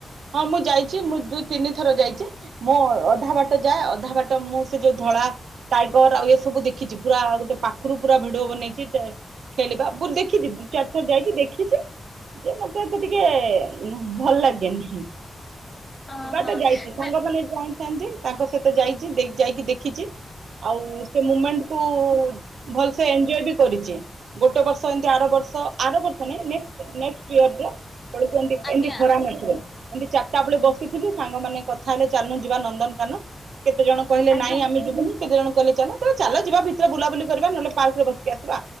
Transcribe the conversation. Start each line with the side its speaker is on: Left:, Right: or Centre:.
Right: ହଁ ମୁଁ ଯାଇଛି ମୁଁ ଦୁଇ। କେେ <unintelligible> ଥର ଯାଇଛି ମଁ ଅଧା ବାଟ। ଯାଏ ଅଧା ବାଟ ମୁଁ ସେ ଯୋଉ ଧଳା ଟାଇଗର ଆଉ ଇଏ ସବୁ ଦେଖିଛି ପୁରା ଗୋଟେ ପାଖରୁ ପୁରା ଭିଡିଓ ବନେଇଛି ଖେଳିବା ଦେଖିଛି ଦି ଚାରି ର ଯାଇକି ଦେଖିଛି ଯେ ମତେ ଏ ତ ଟିକେ ଭଲ ଲାଗେନି। ହଁ।
Left: ଓହୋ
Right: ସେବା ତ ଯାଇଛି ସାଙ୍ଗମାନେ
Left: ନା
Right: ଯା ତାଙ୍କ ସହିତ ଯାଇଛି ଯାଇକି ଦେଖିଛି ଆଉ ସେ ମୁମେଣ୍ଟ କୁ ଭଲସ ଏନ୍ଜୟ ବି କରିଛି ଗୋଟେ ବର୍ଷ ଏମ୍ ଆର ବର୍ଷ ଆର ବର୍ଷ ନାଇ ନେକ୍ ନେକ କିଏ ଅଛି <unintelligible> ପଳୁଛନ୍ତି
Left: ଆଜ୍ଞା
Right: ଏମିତି ଖରା ନଥିବ। ଏମିତି ଚାରିଟା ବେଳେ ବସିଥିଲୁ ସାଙ୍ଗମାନୋନେ କଥା ହେଲେ ଚାଲୁନ୍ ଯିବା ନନ୍ଦନକାନ। କେତେ ଜଣ କହିଲେ
Left: ଆଜ୍ଞା
Right: ନାଇଁ ଆମେ ଯିବୁିନି। କେତେ ଜଣ କହି଼ଲେ ଚାଲ ଚାଲ ଯିବା ଭିତରେ ବୁଲାବୁଲି କରିବା ନହେଲେ ପାର୍କରେ ବସିକି ଆସିବା